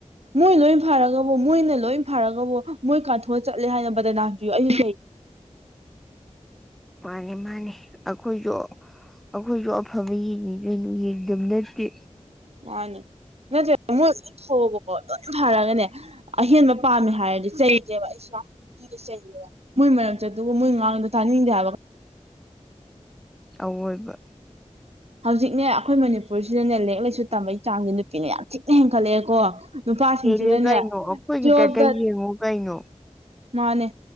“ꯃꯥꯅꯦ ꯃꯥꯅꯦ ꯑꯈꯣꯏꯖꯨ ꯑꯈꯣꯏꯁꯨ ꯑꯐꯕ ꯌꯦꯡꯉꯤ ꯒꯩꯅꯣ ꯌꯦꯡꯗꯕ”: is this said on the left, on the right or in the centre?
Centre